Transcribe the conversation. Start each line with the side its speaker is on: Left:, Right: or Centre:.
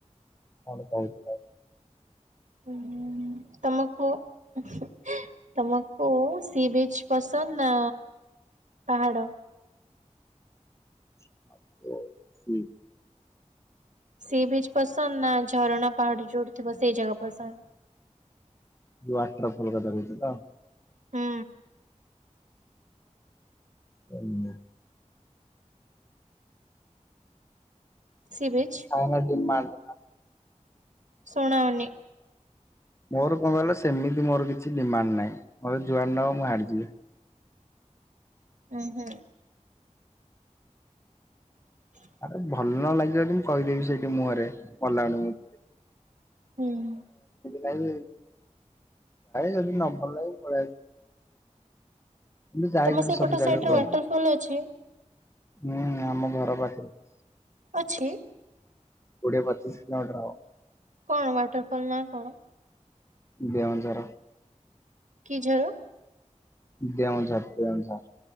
Left: କଣ କହୁଥିଲ?
Right: ହୁଁ ତମେ କୁହ? ତମକୁ ସି ବିଚ ପସନ୍ଦ ନା ପାହାଡ଼?
Left: <unintelligible>
Right: ସି ବିଚ୍ ପସନ୍ଦ ନା ଝରଣା ପାହାଡ ଯୋଉଠିଥିବ ସେଇଜାଗା ପସନ୍ଦ?
Left: ଯୋଉ ୱାଟର ଫଲ କଥା କହୁଚ ତ?
Right: ହୁଁ
Left: ହୁଁ <unintelligible>
Right: ସି ବିିଚ୍?
Left: <unintelligible>
Right: ଶୁଣାଉନି
Left: ମୋର କଣ କହିଲ ସେମିତି ମୋର କିଛି ଡିମାଣ୍ଡ ନାହିଁ। ମୋତେ ଜୁଆଡେ ନବ ମୁଁ ହିଆଡେ ଯିବି।
Right: ଉ ହୁଁ। <inaudible>
Left: ଆରେ ଭଲ ନଲାଗିବ ଯଦି ମୁଁ କହିଦେବି ସେଇଠି ମୁହଁରେ ଭଲ ଲାଗୁନି ମୁଁ
Right: ହୁଁ।
Left: <unintelligible> ନାଇ ଯଦି ନ ଭଲ ଲାଗେ ପଳେଇ ଆସି ମୁଁ ଯାଇଥିଲେ
Right: ତମ ସେଇପଟ
Left: ସବୁ ଜାଗାକୁ
Right: ସାଇଡରେ ୱାଟର
Left: ଆଉ।
Right: ଫଲ୍ ଅଛି
Left: ହୁଁ ଆମ ଘରପାଖରେ <unintelligible>
Right: ଅଛି
Left: କୋଡି଼ଏ ପଚିଶୀ କିଲୋମିଟର ହବ।
Right: କଣ ୱାଟରଫଲ୍ ନା କଣ?
Left: ଦେଓଝର?
Right: କି ଝର?
Left: ଦେଓଝର ଦେଓଝର?